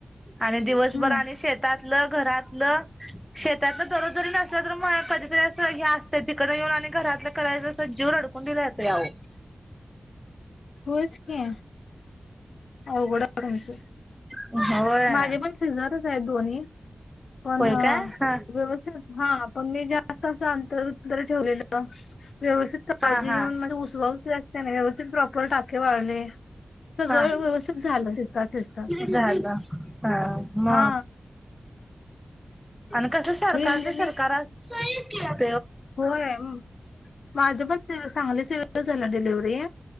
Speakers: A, in the centre; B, on the left.
A: आणि दिवसभर
B: हम्म
A: आणि शेतातलं घरात त शेतातल दररोज जरी नसला तर मग कधीतरी अस हे असतं तिकड येऊन आणि घरातलं करायचं त जीव रडकुंडीला येतो अहो
B: होच की अवघड हो तुमच
A: अहो होय
B: माझे पण सिझर च दधोनी पण
A: होय
B: हा
A: काय हा
B: व्यवस्थित हा पण मी जास्त अस अंतर तर ठेवलेलं व्यवस्थित काळजी
A: हा हा
B: घेऊन माझ उसवा उसवी अस त्याने व्यवस्थित प्रॉपर टाके वाळले सगळं
A: हा
B: व्यवस्थित झालं शिस्तात शिस्तात
A: झालं हा म
B: हा
A: आणि कस सरकारच
B: मी म्हणजे
A: सरकार
B: मी
A: असं ह
B: होय माझ पण सागली सिव्हिल ला झाल्या डिलिव्हीरी